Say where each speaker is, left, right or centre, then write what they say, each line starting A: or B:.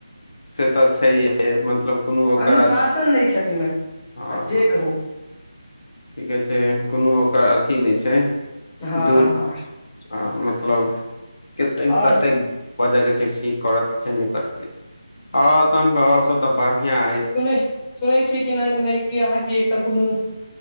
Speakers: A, on the left; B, on the left.
A: से-तऽ छैेय हे मतलब कोनो ओकर--हँ
B: अनुशासन नहि छथिन हेँ आ जे कहू
A: की कहै छै कोनो ओकर अथी नहि छै
B: हँ
A: दूर
B: हँ
A: हँ मतलब कते
B: आओर
A: कतेक बजह छै की करअ के छै नहि करय के छै हँ तहन तऽ बढ़िआ
B: सुनै सुनै छी कि नहि नहि अहाँके कोनो